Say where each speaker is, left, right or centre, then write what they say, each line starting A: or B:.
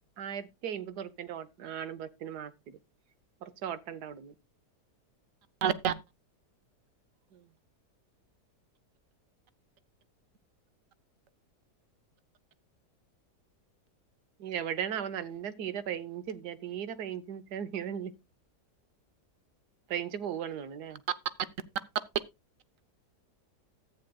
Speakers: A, on the right (about 80°); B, on the right (about 60°).
A: ആയിരത്തി അമ്പതൂറുപ്പ്യന്റെ ആണ് ബസ്സ് ബസ്സിന് മാസത്തില് കുറച്ച് ഓട്ടം ണ്ട് വിടന്ന്
B: ആ
A: ഉം എവിടെയാണ് അവൻ നല്ല തീരെ റൈഞ്ചില്ല തീരെ റൈഞ്ചി ല്ല തീരെ ല്യ റൈഞ്ച് പോവാണ് തോണ് ന്ല്ലേ
B: ആ <unintelligible>